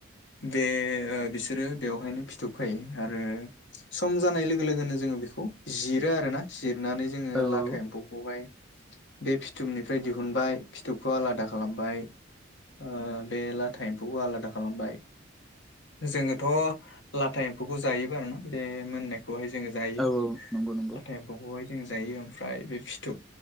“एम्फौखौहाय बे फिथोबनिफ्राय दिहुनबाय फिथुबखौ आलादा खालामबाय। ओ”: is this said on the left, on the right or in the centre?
Left